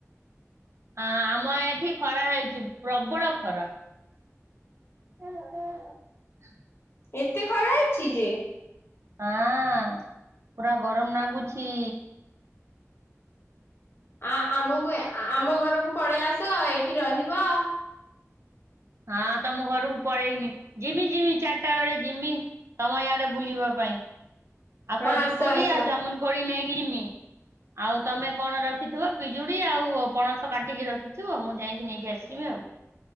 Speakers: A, on the right; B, on the left.
A: ହଁ ଆମ ଏଠି ଖରା ହେଇଛି ପ୍ରବଳ ଖରା। <unintelligible>
B: ଏତେ ଖରା ହେଇଛି ଯେ।
A: ହାଁ ପୁରା ଗରମ୍ ଲାଗୁଛି।
B: ଆ -ଆମକୁ ଆମ ଘରକୁ ପଳେଇ ଆସ ଏଇଠି ରହିବ।
A: ହଁ ତମ ଘରକୁ ପଳେଇମି ଯିମି ଯିମି ଚାରିଟା ବେଳେ ଜିମି। ତମରି ଆଡେ ବୁଲିବା ପାଇଁ ଆଉ
B: ହଁ
A: ଖଜୁରୁ
B: ଆସ
A: କୋଳି
B: ଆସ।
A: ଆଉ ଯାମୁନ୍ କୋଳି ନେଇ କି ଯିମି। ଆଉ ତମେ କଣ ରଖିଥିବ, ପିଜୁଡି ଆଉ ପଣସ କାଟିକି ରଖିଥିବ। ମୁଁ ଯାଇକି ନେଇକି ଆସିବି ଆଉ।